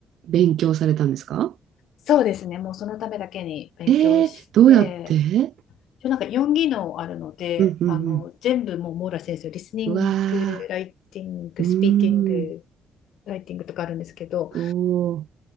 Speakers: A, on the right; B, on the left.
A: 勉強されたんですか
B: そうですね、もうそのためだけに勉強して、
A: ええどうやって
B: 一応なんか4技能あるので、
A: うんうん
B: あの全部もう網羅先生、リスニング、
A: うん。うわ
B: ライティング、
A: ー。うーん。
B: スピーキング、ライティングとかあるんですけど、
A: おー。